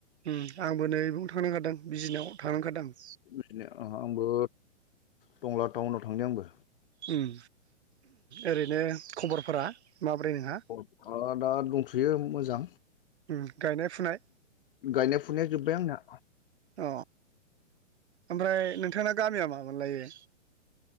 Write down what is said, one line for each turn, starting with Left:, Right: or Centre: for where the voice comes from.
Right: ओम आंबो नैबं थांनोओंखारदों। बिजिनाव थांनो ओंखारदों आं।
Left: बिफोमिनो आंबो टंला टाउनाव थांनि आंबो।
Right: ओम ओरैनो खबरफोरा? माब्रै नोंहा
Left: औ आ दा दंथ'यो मोजां।
Right: उम गायनाय फुनाय
Left: गायनाय फुनाया जोब्बाय आंना।
Right: अ ओमफ्राय नोंथांना गामिया मा मोनलायो?